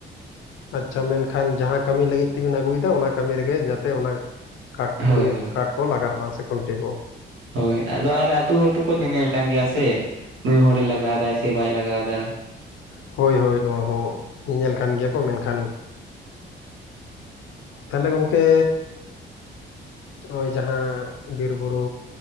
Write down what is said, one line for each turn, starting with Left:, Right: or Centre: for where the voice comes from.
Left: ᱟᱪᱪᱷᱟ ᱢᱮᱱᱠᱷᱟᱱ ᱡᱟᱦᱟᱸ ᱠᱟᱹᱢᱤ ᱞᱟᱹᱜᱤᱫ ᱛᱮᱵᱤᱱ ᱟᱹᱜᱩᱭᱫᱟ ᱚᱱᱟ ᱠᱟᱹᱢᱤ ᱨᱮᱜᱮ ᱡᱟᱛᱮ ᱚᱱᱟ ᱠᱟᱴ ᱠᱚ
Right: ᱦᱳᱭ
Left: ᱤᱭᱟᱹ
Right: ᱦᱳᱭ
Left: ᱠᱟᱴ ᱠᱚ ᱞᱟᱜᱟᱜ ᱢᱟ ᱥᱮ ᱠᱷᱩᱱᱴᱤ ᱠᱚ᱾
Right: ᱦᱳᱭ ᱟᱫᱚ ᱟᱨ ᱟᱹᱛᱩ ᱦᱚᱲ ᱛᱚᱠᱚ ᱧᱮᱧᱮᱞ ᱠᱟᱱ ᱜᱮᱭᱟ ᱥᱮ᱾ ᱱᱩᱭ ᱦᱚᱲᱮ ᱞᱟᱜᱟᱣ ᱮᱫᱟᱭ ᱥᱮ ᱵᱟᱭ ᱞᱟᱜᱟᱣ ᱮᱫᱟ᱾
Left: ᱦᱳᱭ ᱦᱳᱭ ᱱᱚᱣᱟ ᱦᱚᱸ ᱧᱮᱧᱮᱞ ᱠᱟᱱ ᱜᱮᱭᱟ ᱠᱚ ᱢᱮᱱᱠᱷᱟᱱ ᱛᱟᱞᱦᱮ ᱜᱚᱝᱠᱮ ᱱᱚᱜ-ᱚᱭ ᱡᱟᱦᱟᱸ ᱵᱤᱨᱵᱩᱨᱩ